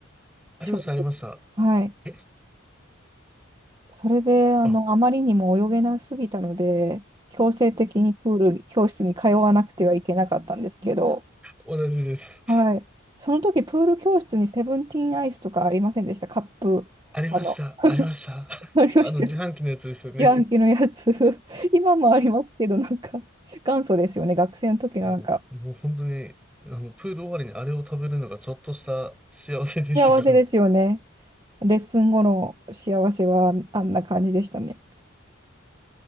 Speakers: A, in the centre; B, on the right (about 20°).
A: ありました、
B: 小学校はい。
A: ありました。え
B: それで、あの、
A: あ、
B: あまりにも泳げなすぎたので、強制的にプール教室に通わなくてはいけなかったんですけど、
A: 同じです。
B: はい。その時、プール教室にセブンティーンアイスとかありませんでしたカップ、
A: ありました、
B: あの、
A: ありました。
B: <laughs>
A: <laughs>
B: ありましたよね
A: あの、自販機のやつですよね。
B: ヤンキーのやつ <laughs> 今もありますけど、なんか、元祖ですよね。学生の時のなんか、
A: もう、もう本当に、あの、プール終わりにあれを食べるのがちょっとした幸せでしたからね。
B: 幸せですよね。レッスン後の幸せはあんな感じでしたね。